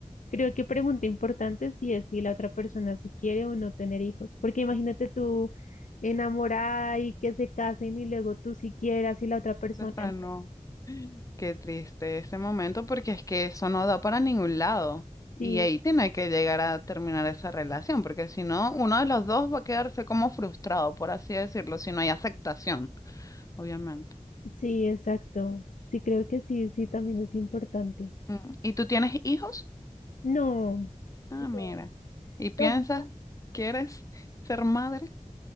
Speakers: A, on the left (about 80°); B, on the left (about 25°).
A: Creo que pregunta importante sí es si la otra persona si quiere o no tener hijos, porque imagínate tú enamorada y que se casen y luego tú si quieras y la otra persona
B: Pero
A: no.
B: no. Qué triste ese momento porque es que eso no da para ningún lado. Y
A: Sí,
B: ahí tiene que llegar a terminar esa relación, porque si no, uno de los dos va a quedarse como frustrado, por así decirlo, si no hay aceptación, obviamente.
A: sí, exacto. Sí, creo que sí, sí, también es importante.
B: Mm, ¿Y tú tienes hijos?
A: No,
B: Ah,
A: no,
B: mira. ¿Y piensas,
A: no.
B: quieres ser madre?